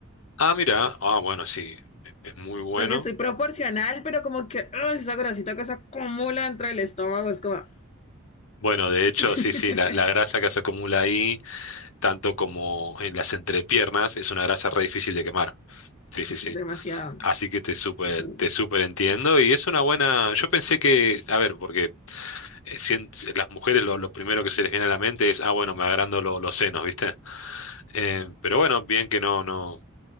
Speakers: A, on the left (about 80°); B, on the left (about 30°).
A: Ah, mira, ah, bueno, sí, es, es muy bueno.
B: Porque soy proporcional, pero como que ¡ay! esa grasita que se acumula dentro del estómago es como
A: Bueno, de hecho,
B: <laughs>
A: sí, sí, la, la grasa que se acumula ahí. tanto como en las entrepiernas, es una grasa re difícil de quemar. Sí, sí, sí.
B: demasiado.
A: Así que te súper,
B: Bu.
A: te súper entiendo y es una buena... Yo pensé que, a ver, porque eh, sien- las mujeres lo, lo primero que se les viene a la mente es, ah, bueno, me agrando lo- los senos, ¿viste? Eh, pero bueno, bien que no, no,